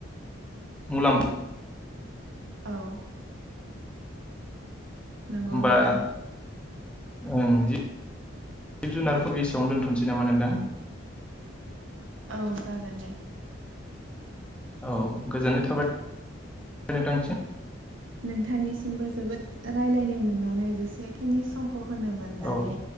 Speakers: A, in the centre; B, on the right (about 75°).
A: मुलामफा
B: औ नोंगौ
A: होमबा
B: नोंथां
A: ओं जि जिब जुनारखौ एसेयावनो दोनथ'नोसै नामा नोंथां
B: औ जागोन दे
A: औ गोजोननाय थाबाय नोंथांसिम
B: नोंथांनिसिमबो जोबोद रायलायनो मोननानै बेसेखिनि समखौ होनो मोननानै
A: औ